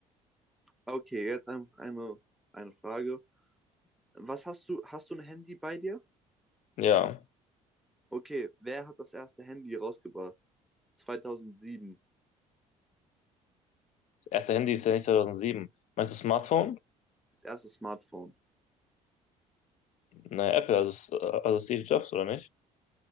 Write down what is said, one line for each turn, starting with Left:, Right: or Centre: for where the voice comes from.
Centre: okay, jetzt ein, eine, eine Frage. Was hast du, hast du ein Handy bei dir?
Left: Ja.
Centre: Okay, wer hat das erste Handy rausgebracht? 2007.
Left: Das erste Handy ist ja nicht 2007. Meinst du Smartphone?
Centre: Das erste Smartphone.
Left: Naja, Apple, also, S- also Steve Jobs, oder nicht?